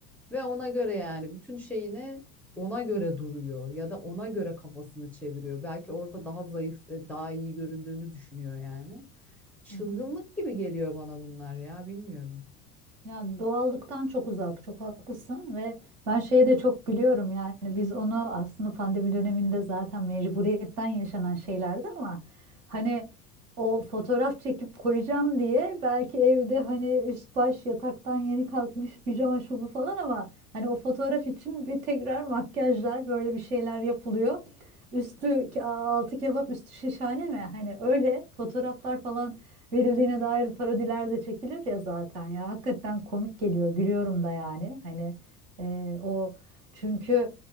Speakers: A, in the centre; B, on the right (about 60°).
A: Ve ona göre yani bütün şeyini ona göre duruyor ya da ona göre kafasını çeviriyor. Belki orada daha zayıf ve daha iyi göründüğünü düşünüyor yani. Çılgınlık
B: hı.
A: gibi geliyor bana bunlar ya bilmiyorum.
B: Ya doğallıktan çok uzak, çok haklısın ve ben şeye de çok gülüyorum yani biz onu aslında pandemi döneminde zaten mecburiyetten yaşanan şeylerdi ama hani o fotoğraf çekip koyacağım diye belki evde hani üst baş yataktan yeni kalkmış pijama şu bu falan ama hani o fotoğraf için bir tekrar makyajlar böyle bir şeyler yapılıyor. Üstü ke- altı kebap üstü şişhane mi? Hani öyle fotoğraflar falan verildiğine dair parodiler de çekilir ya zaten ya hakikaten komik geliyor gülüyorum da yani hani e, o çünkü